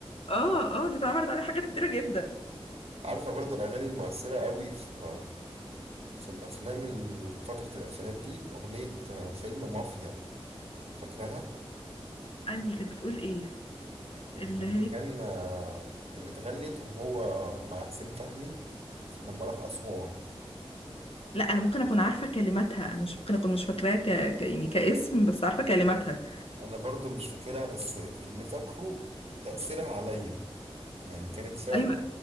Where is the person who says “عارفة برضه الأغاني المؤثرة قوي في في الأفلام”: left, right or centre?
Right